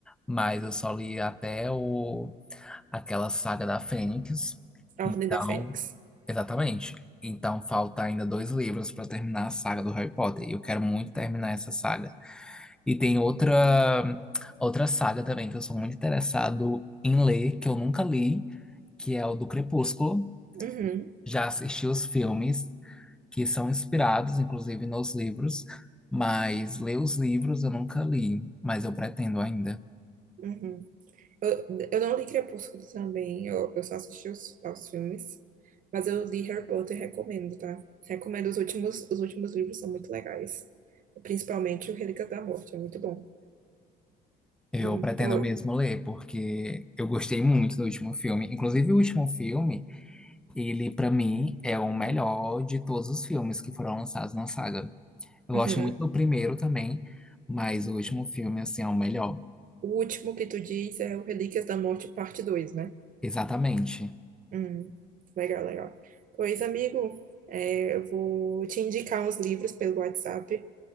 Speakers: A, in the centre; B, on the right.
A: mas eu só li até o, aquela saga da Fênix.
B: A
A: Então,
B: Ordem da Fênix.
A: exatamente. Então, falta ainda dois livros para terminar a saga do Harry Potter. E eu quero muito terminar essa saga. E tem outra outra saga também que eu sou muito interessado em ler, que eu nunca li, que é o do Crepúsculo.
B: Uhum,
A: Já assisti os filmes que são inspirados, inclusive, nos livros, mas ler os livros eu nunca li, mas eu pretendo ainda.
B: uhum. Eu, eu não li Crepúsculo também, eu, eu só assisti os, aos filmes. Mas eu li Harry Potter e recomendo, tá? Recomendo os últimos, os últimos livros são muito legais. Principalmente o Relíquias da Morte, é muito bom.
A: Eu
B: Hum,
A: pretendo
B: pô,
A: mesmo ler, porque eu gostei muito do último filme. Inclusive, o último filme, ele, para mim, é o melhor de todos os filmes que foram lançados na saga. Eu
B: uhum.
A: gosto muito do primeiro também, mas o último filme, assim, é o melhor.
B: O último que tu diz é o Relíquias da Morte, parte 2, né?
A: Exatamente.
B: Hum, legal, legal. Pois, amigo, é, eu vou te indicar uns livros pelo WhatsApp.